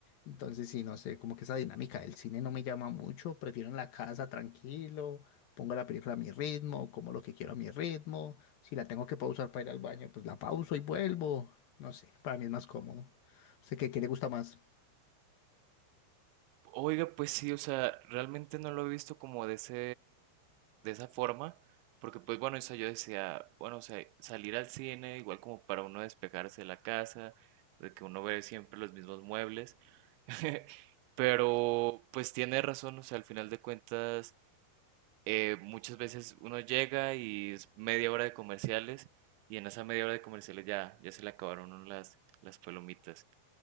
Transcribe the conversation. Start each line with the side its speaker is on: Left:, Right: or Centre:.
Left: Entonces, sí, no sé, como que esa dinámica del cine no me llama mucho. Prefiero en la casa tranquilo, pongo la película a mi ritmo, como lo que quiero a mi ritmo. Si la tengo que pausar para ir al baño, pues la pauso y vuelvo. No sé, para mí es más cómodo. Sé que, ¿qué qué le gusta más?
Right: Oiga, pues sí, o sea, realmente no lo he visto como de ese, de esa forma, porque pues bueno, o sea, yo decía, bueno, o sea, salir al cine igual como para uno despejarse de la casa, de que uno ve siempre los mismos muebles, <laughs> pero pues tiene razón, o sea, al final de cuentas eh, muchas veces uno llega y es media hora de comerciales y en esa media hora de comerciales ya, ya se le acabaron a uno las, las palomitas.